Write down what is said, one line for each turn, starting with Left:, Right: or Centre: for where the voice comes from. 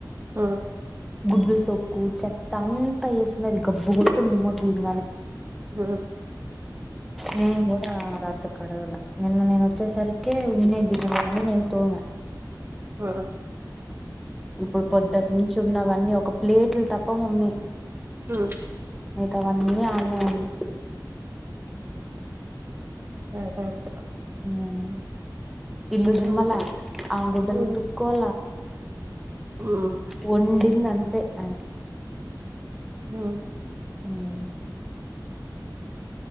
Right: ఉమ్
Centre: గుడ్లు తొక్కు చెత్త అంతా ఏసి ఉన్నది గబ్బు కొడుతుంది <unintelligible> దిగంగానే
Right: మ్మ్
Centre: నేను కూడా కడగల నిన్న నేను వచ్చేసరికి ఉన్నాయి గిన్నెలు అయిన నేను తోమ
Right: ఆ
Centre: ఇప్పుడు పొద్దుట నుంచి ఉన్నవన్నీ ఒక ప్లేట్లు తప్ప మమ్మీ
Right: ఉమ్
Centre: మిగతావన్నీ ఆమెయే వన్ని
Right: ఉంట
Centre: హ్మ్మ్ ఇల్లు జిమ్మల
Right: ఉమ్
Centre: ఆ గుడ్డలు
Right: ఉమ్
Centre: ఉతుక్కోలా
Right: ఉమ్
Centre: వండిందంతే ఆ.
Right: హ్మ్మ్
Centre: హ్మ్మ్